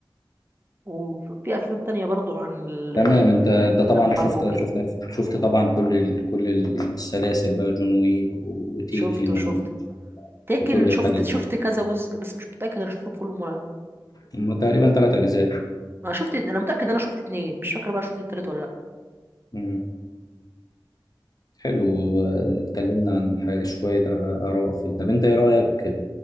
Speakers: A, on the right; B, on the left.
A: وفي افلام تانية برضو عن ال...
B: تمام انت انت طبعا
A: عن الحرب
B: شفت
A: وكده
B: شفت شفت طبعا كل ال... كل السلاسل بقى جون ويك وتيكن
A: شفته شفته
B: و...
A: لكن
B: وكل
A: شفت
B: الحاجات دي
A: شفت كذا جزء بس مش متأكد انا شفتهم كلهم ولا لا
B: هم تقريبا ثلاث اجزاء
A: انا شفت اتنين- انا متأكد انا شفت اتنين مش فاكر بقى شفت التالت ولا
B: مم. حلو اه، اتكلمنا
A: لا
B: عن حاجة شوية آراء في طب انت ايه رأيك